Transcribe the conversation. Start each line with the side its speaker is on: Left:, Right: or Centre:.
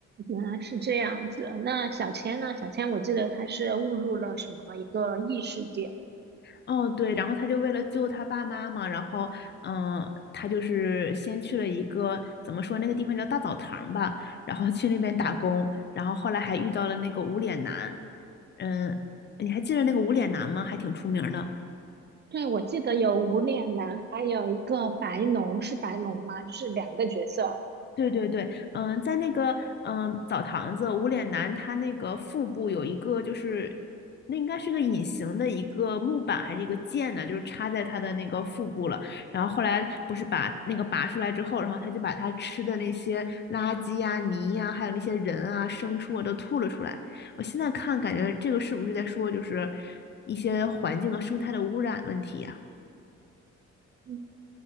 Right: 原来是这样子。那小千呢？小千，我记得他是误入了什么一个异世界。
Left: 哦，对，然后他就为了救他爸妈嘛，然后，嗯，他就是先去了一个怎么说那个地方叫大澡堂吧，然后去那边打工，然后后来还遇到了那个无脸男，嗯，你还记得那个无脸男吗？还挺出名的。
Right: 对，我记得有无脸男，还有一个白龙，是白龙吗？就是两个角色。
Left: 对对对，嗯，在那个嗯澡堂子，无脸男他那个腹部有一个就是，那应该是个隐形的一个木板还是一个剑呢，就是插在他的那个腹部了。然后后来不是把那个拔出来之后，然后他就把他吃的那些垃圾呀、泥呀、还有那些人啊、牲畜啊都吐了出来。我现在看感觉这个是不是在说就是一些环境和生态的污染问题呀？
Right: 嗯。